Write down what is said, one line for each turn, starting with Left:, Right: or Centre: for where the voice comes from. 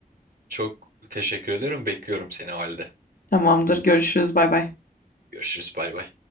Right: Çok teşekkür ediyorum. Bekliyorum seni o halde.
Left: Tamamdır. Görüşürüz. Bay bay.
Right: Görüşürüz. Bay bay.